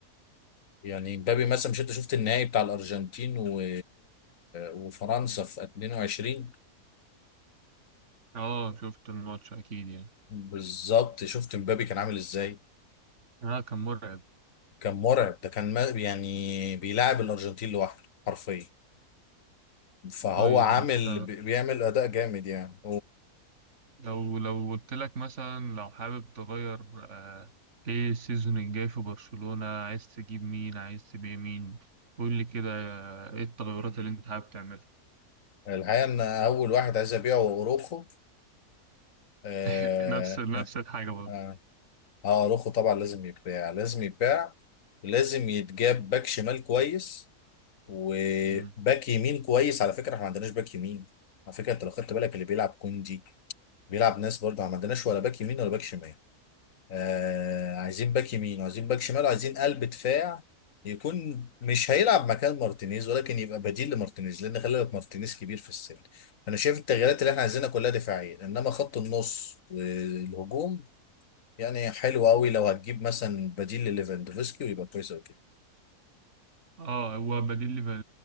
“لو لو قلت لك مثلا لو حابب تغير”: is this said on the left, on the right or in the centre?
Right